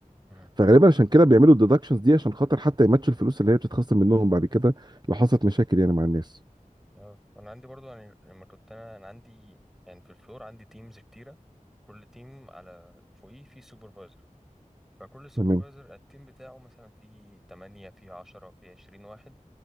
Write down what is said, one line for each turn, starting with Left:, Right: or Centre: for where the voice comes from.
Centre: امم
Right: فغالبا عشان كده بيعملوا الديدكشنز دي عشان خاطر حتى يماتشوا الفلوس اللي هي بتتخصم منهم بعد كده لو حصلت مشاكل يعني مع الناس
Centre: اه انا عندي برضو يعني لما كنت انا انا عندي يعني في الفلور عندي تيمز كتيره كل تيم على فوقيه في سوبرفايزر فكل سوبرفايزر
Right: تمام
Centre: التيم بتاعه مثلا فيه 8 فيه 10 فيه 20 واحد